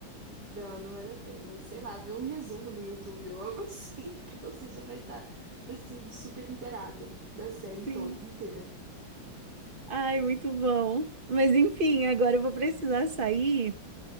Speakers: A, on the right (about 50°); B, on the right (about 35°).
A: Não, não vale a pena. Sei lá, ver um resumo no YouTube ou algo <laughs> assim, que você já vai estar, tipo assim, super inteirada da série into-
B: Sim.
A: inteira.
B: Ai, muito bom. Mas enfim, agora eu vou precisar sair,